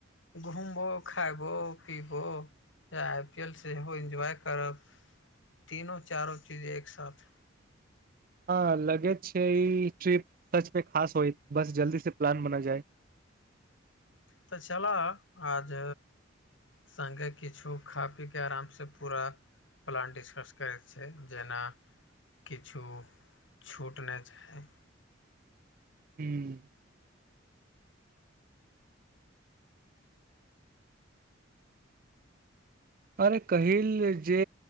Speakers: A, on the left; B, on the right.
A: घुमबो खबो पीबो या आई पी एल सेहो एन्जॉय करब तीनो चारो चीज एक साथ
B: हँ लगे छै ई ट्रिप सच मे खास होय बस जल्दी से प्लान बना जाय
A: तऽ छलऽ आज सङ्गे किछो खा पी के आराम से पूरा प्लान डिस्कस करैत छै जेना किछु छूट नहि जाय
B: हूँ अरे कहिल जे